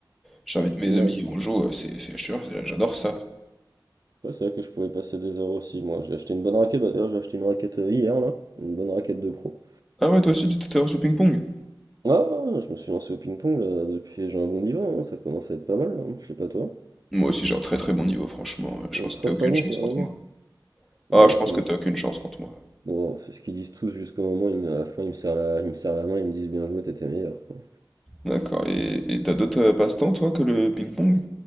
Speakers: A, in the centre; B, on the right.
A: j'invite mes
B: Ouais,
A: amis, on joue. euh, c'est, c'est, je te jure, c'est- j'adore ça.
B: Ouais, c'est vrai que je pouvais passer des heures aussi. Moi, j'ai acheté une bonne raquette, bah, d'ailleurs, j'ai acheté une raquette euh, hier, là, une bonne raquette de pro.
A: Ah ouais, toi aussi, tu t'intéresses au ping-pong?
B: Ah, je me suis lancé au ping-pong, là, depuis, j'ai un bon niveau, hein, ça commence à être pas mal, là, je sais pas toi.
A: Moi aussi, j'ai un très très bon niveau, franchement. euh, Je pense
B: Très
A: que t'as aucune
B: très bon,
A: chance
B: carrément.
A: contre moi. Ah,
B: Alors, aussi
A: je pense que t'as aucune chance contre moi.
B: Bon, c'est ce qu'ils disent tous jusqu'au moment, où il me- à la fin, ils me serrent la, ils me serrent la main, ils me disent bien joué, t'étais meilleur. quoi.
A: D'accord. Et et t'as d'autres euh, passe-temps, toi, que le ping-pong?